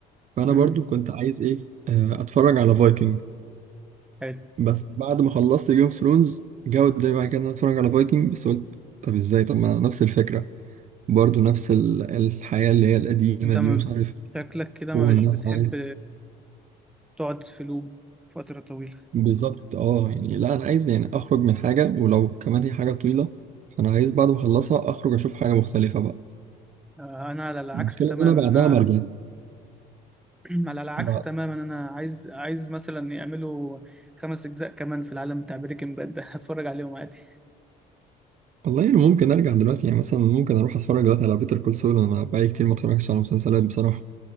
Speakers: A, on the right; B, in the centre.
A: فأنا
B: امم
A: برضو كنت عايز إيه آه، أتفرج على فايكنج
B: حلو
A: بس بعد ما خلصت جيم اوف ثرونز جه قدامي بعد كده إن أنا أتفرج على فايكنج بس قلت طب إزاي طب ما نفس الفكرة برضو نفس ال- الحياة اللي هي القديمة
B: انت
A: دي
B: ما
A: ومش عارف
B: شكلك كده
A: والناس
B: ما مش بتحب
A: عايز
B: تقعد في لوب فترة طويلة
A: بالظبط اه يعني لا أنا عايز يعني أخرج من حاجة ولو كمان هي حاجة طويلة فأنا عايز بعد ما أخلصها أخرج أشوف حاجة مختلفة بقى
B: آه انا على العكس
A: المشكلة
B: تماما
A: إن أنا بعدها
B: انا
A: ما رجعت
B: <clears throat> على العكس
A: بعد-
B: تماما انا عايز عايز مثلا يعملوا خمس اجزاء كمان في العالم بتاع بريكنج باد ده <laughs> هتفرج عليهم عادي
A: والله أنا ممكن أرجع دلوقتي يعني مثلا ممكن أروح أتفرج دلوقتي على بيتر كول سول أنا بقالي كتير ما اتفرجتش على مسلسلات بصراحة